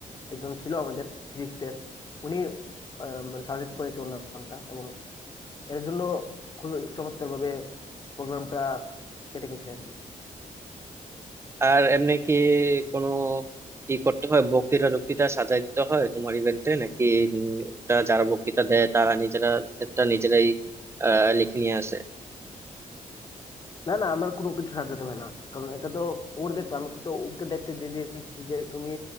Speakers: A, on the left; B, on the right.
A: একজন ছিল আমাদের ফিজিক্সের উনি আহ, মানে সাজেস্ট করেছে ওর নামটা এবং এর জন্য খুবই চমৎকার ভাবে প্রোগ্রামটা কেটে গেছে আর কি
B: আর এমনি কি কোনো ই করতে হয় বক্তৃতা টক্তৃতা সাজাই দিতে হয় তোমার ইভেন্টে নাকি উম, তা যারা বক্তৃতা দেয় তারা নিজেরা একটা নিজেরাই আহ, লিখে নিয়ে আসে
A: না না আমার কোনো কিছু সাজাতে হয় না কারণ এটা তো ওর দায়িত্ব আমি তো ওকে দায়িত্ব দিয়ে দিয়েছি যে তুমি